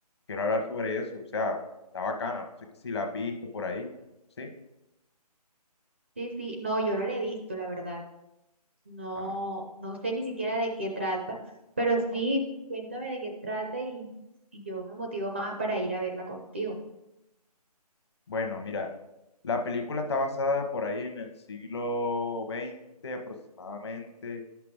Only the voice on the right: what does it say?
Sí, sí, no, yo no la he visto, la verdad. No,
no sé ni siquiera de qué trata, pero sí, cuéntame de qué trata y, y yo me motivo más para ir a verla contigo.